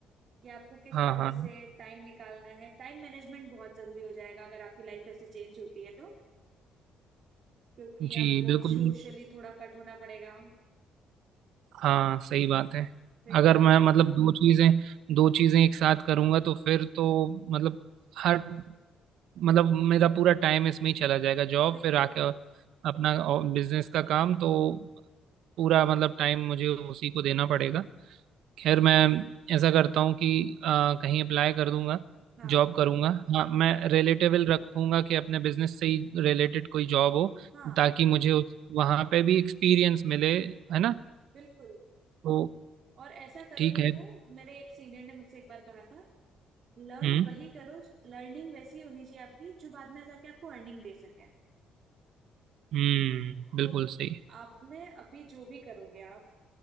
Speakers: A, on the right; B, on the right.
A: कि आपको किस
B: हाँ
A: तरह
B: हाँ
A: से टाइम निकालना है टाइम मैनेजमेंट बहुत जरूरी हो जाएगा अगर आपकी लाइफ ऐसे चेंज होती है तो क्योंकि आपको
B: जी बिल्कुल
A: सोशली थोड़ा कट होना पड़ेगा
B: हाँ सही बात है
A: फिर
B: अगर
A: अ,
B: मैं मतलब दो चीज़ें दो चीज़ें एक साथ करूंगा तो फिर तो मतलब हर मतलब मेरा पूरा टाइम इसमें ही चला जाएगा जॉब
A: बिल्कुल
B: फिर आके और अपना बिजनेस का काम तो पूरा मतलब टाइम मुझे उसी को देना पड़ेगा खैर मैं ऐसा करता हूँ कि अ, कहीं अप्लाई कर दूंगा
A: हाँ
B: जॉब करूंगा हाँ मैं रिलेटेबल रखूंगा कि अपने बिजनेस से ही रिलेटेड कोई जॉब हो
A: हाँ
B: ताकि मुझे उस वहाँ पे भी एक्सपीरियंस मिले है ना
A: बिल्कुल
B: तो
A: और ऐसा करो
B: ठीक
A: देखो
B: है
A: मेरे एक सीनियर ने मुझसे एक बार कहा था लर्न
B: हम्म
A: वही करो लर्निंग वैसी होनी चाहिए आपकी जो बाद में जाके आपको अर्निंग दे सके
B: हम्म
A: तो
B: बिल्कुल सही
A: आपने अभी जो भी करोगे आप